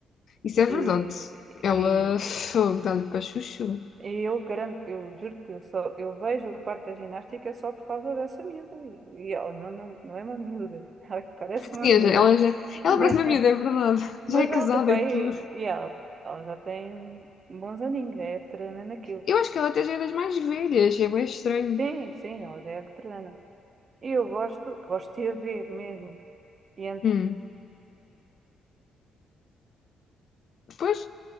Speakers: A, on the left; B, on the right.
A: Isso é verdade.
B: E,
A: Ela
B: e,
A: <laughs> fogo, dá-lhe para chuchu.
B: e eu garanto, eu juro que eu só eu vejo a parte da ginástica só por causa dessa miúda. E, e ela não, não, não é uma miúda, <laughs> ela parece uma
A: Sim,
B: miúda.
A: ela já. Ela
B: <laughs>
A: parece uma miúda, é verdade. <laughs>
B: Mas
A: Já é casada
B: ela, tipo,
A: e
B: aí,
A: tudo.
B: e ela, ela já tem bons aninhos, já é veterana naquilo.
A: Eu acho que ela até já é das mais velhas, é bem estranho.
B: Sim, sim, ela já é veterana. E eu gosto, gosto de a ver mesmo. E, ent-
A: Hum. Pois,